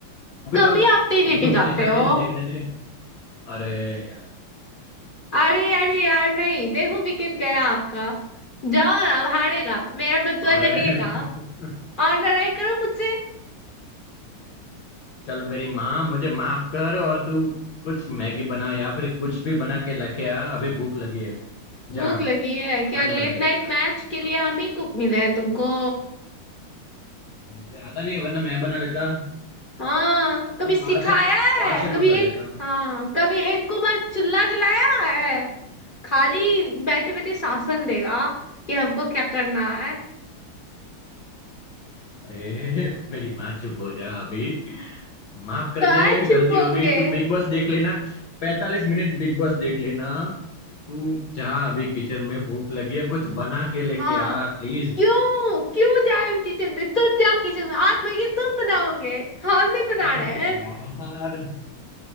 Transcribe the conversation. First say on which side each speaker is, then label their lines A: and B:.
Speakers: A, on the left (about 65°); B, on the left (about 20°).
A: अभी
B: कभी
A: तो अभी
B: आप नहीं लेके
A: तो मुझे
B: जाते
A: शांति
B: हो
A: से देखने दे अरे यार
B: अरे अरे यार नहीं देखो विकेट गया आपका जाओ ना अब हारेगा मेरा बतुआ
A: अरे
B: लगेगा
A: <laughs>
B: और लड़ाई करो मुझसे
A: चल मेरी माँ मुझे माफ कर और तू कुछ मैगी बना या फिर कुछ भी बना के लेके आ अभी भूख लगी है जा
B: भूख लगी है क्या
A: खाना
B: लेट
A: बना के
B: नाइट
A: लेके आ जा
B: मैच के लिए
A: हाँ,
B: हम ही कुक मिले हैं तुमको
A: मुझे आता नहीं वरना मैं बना लेता
B: हाँ कभी
A: है ना
B: सिखाया
A: बाहर से बाहर
B: है
A: से मंगा
B: कभी
A: लेता
B: एक
A: हूँ
B: हाँ कभी एक को बस चुल्ला जलाया है खाली बैठे बैठे शासन देगा कि हमको क्या करना है
A: अरे मेरी माँ चुप हो जा अभी माफ कर
B: कहाँ
A: दे
B: चुप
A: गलती
B: होंगे
A: हो गई तू बिग बॉस देख लेना पैतालीस मिनट बिग बॉस देख लेना तू जा अभी किचन में भूख लगी है कुछ बना के लेके
B: हाँ
A: आ प्लीज
B: क्यों क्यों जाए किचन में तुम जाओ किचन में आज मैगी तुम बनाओगे हम नहीं बना
A: अरे
B: रहे हैं
A: यार